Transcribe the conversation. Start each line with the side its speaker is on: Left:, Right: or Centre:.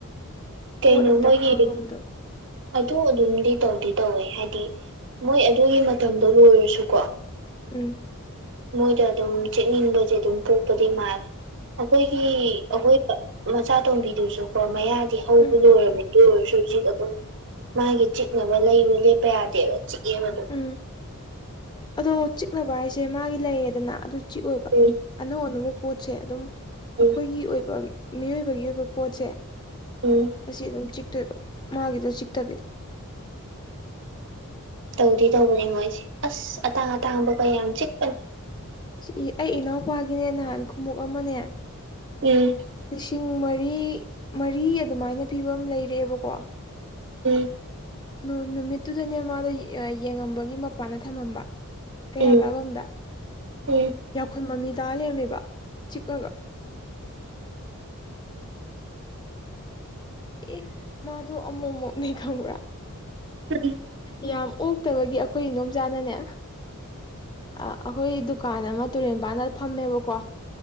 Right: ꯀꯩꯅꯣ
Left: ꯄꯣꯠ ꯑꯝꯇ
Right: ꯃꯣꯏꯒꯤ
Left: ꯈꯥꯡ ꯉꯝꯗꯕ
Right: ꯑꯗꯨ ꯑꯗꯨꯝꯗꯤ ꯇꯧꯗꯤ ꯇꯧꯋꯦ ꯍꯥꯏꯗꯤ ꯃꯣꯏ ꯑꯗꯨꯒꯤ ꯃꯇꯝꯗꯣ ꯂꯣꯏꯔꯁꯨꯀꯣ
Left: ꯎꯝ
Right: ꯃꯣꯏꯗ ꯑꯗꯨꯝ ꯆꯤꯛꯅꯤꯡꯕꯖꯦ ꯑꯗꯨꯝ ꯄꯣꯛꯄꯗꯤ ꯃꯥꯜꯂꯦ ꯑꯩꯈꯣꯏꯒꯤ ꯑꯩꯈꯣꯏ ꯃꯆꯥꯇꯣꯝꯕꯤꯗꯨꯁꯨꯀꯣ ꯃꯌꯥꯗꯤ ꯍꯧꯕ
Left: ꯎꯝ
Right: ꯂꯣꯏꯔꯕꯅꯦ ꯑꯗꯨ ꯑꯣꯏꯔꯁꯨ ꯆꯤꯛ ꯑꯗꯨꯝ ꯃꯥꯒꯤ ꯆꯤꯛꯅꯕ ꯂꯩꯕ ꯂꯦꯞꯄ ꯌꯥꯗꯦꯕ ꯆꯤꯛꯑꯦꯕ ꯑꯗꯨꯝ
Left: ꯎꯝ ꯑꯗꯣ ꯆꯤꯛꯅꯕ ꯍꯥꯏꯁꯦ ꯃꯥꯒꯤ ꯂꯩꯔꯦꯗꯅ ꯑꯗꯨ ꯆꯤꯛ ꯑꯣꯏꯕ
Right: ꯎꯝ
Left: ꯑꯅꯧ ꯑꯅꯧꯕ ꯄꯣꯠꯁꯦ ꯑꯗꯨꯝ ꯑꯩꯈꯣꯏꯒꯤ
Right: ꯎꯝ
Left: ꯑꯣꯏꯕ ꯃꯤꯑꯣꯏꯕꯒꯤ ꯑꯣꯏꯕ ꯄꯣꯠꯁꯦ
Right: ꯎꯝ
Left: ꯑꯁꯤ ꯑꯗꯨꯝ ꯆꯤꯛꯇꯣꯏꯕ ꯃꯥꯒꯤꯗ ꯆꯤꯛꯇꯕꯤꯗ
Right: ꯇꯧꯗꯤ ꯇꯧꯕꯅꯦ ꯃꯣꯏꯖꯦ ꯑꯁ ꯑꯇꯥꯡ ꯑꯇꯥꯡꯕꯒ ꯌꯥꯝ ꯆꯤꯛꯄꯅꯤ
Left: ꯆꯤꯛꯢ ꯑꯩ ꯏꯅꯥꯎꯄꯥꯒꯤꯅꯦ ꯅꯍꯥꯟ ꯈꯨꯃꯨꯛ ꯑꯃꯅꯦ
Right: ꯎꯝ
Left: ꯂꯤꯁꯤꯡ ꯃꯔꯤ ꯃꯔꯤ ꯑꯗꯨꯃꯥꯏꯅ ꯄꯤꯕ ꯑꯝ ꯂꯩꯔꯛꯑꯦꯕꯀꯣ
Right: ꯎꯝ
Left: ꯅꯨ ꯅꯨꯃꯤꯠꯇꯨꯗꯅꯦ ꯃꯥꯗꯣ ꯌꯦꯡꯉꯝꯕꯒꯤ ꯃꯄꯥꯟꯗ ꯊꯥꯃꯝꯕ ꯀꯩꯔꯥꯛ
Right: ꯎꯝ
Left: ꯀꯥꯕꯝꯗ
Right: ꯎꯝ
Left: ꯌꯥꯈꯨꯨꯟ ꯃꯃꯤ ꯇꯥ ꯂꯩꯔꯝꯃꯦꯕ ꯆꯤꯛꯑꯒ ꯑꯦ ꯃꯥꯗꯣ ꯑꯃꯨꯛꯃꯨꯛꯅꯦ ꯈꯪꯕ꯭ꯔꯥ
Right: ꯎꯝ
Left: ꯌꯥꯝ ꯑꯣꯛꯇꯕꯒꯤ ꯑꯩꯈꯣꯏ ꯏꯗꯣꯝꯆꯥꯅꯅꯦ ꯑꯥ ꯑꯩꯈꯣꯏ ꯗꯨꯀꯥꯟ ꯑꯃ ꯇꯨꯔꯦꯟꯄꯥꯥꯟꯗ ꯐꯝꯃꯦꯕꯀꯣ